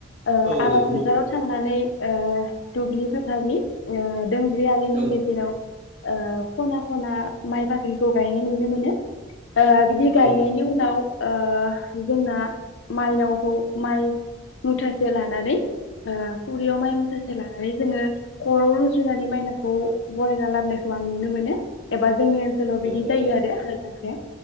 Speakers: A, on the left; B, on the right.
A: ओ
B: औ
A: आबाद
B: नों
A: फोथाराव थांनानै ओ दुबलि फोथारनि ओ दोंब्रै आलिनि
B: औ
A: गेजेराव ओ खना खना माइफा खौ गायनाय नुनो मोनो ओ बिदि गायनायनि
B: औ
A: उन नाव ओ जोंना माइनावखौ माइ मुथा से लानानै ओ खुरियाव माइ मुथासे लानानै जोङो खरआव रुजुनानै माइनावखौ बरायना लाबोनायखौ आं नुनो मोनो एबा जोंनि ओनसोलाव बिदि
B: औ
A: जायो
B: नंगौ
A: आरो हालजांख्राया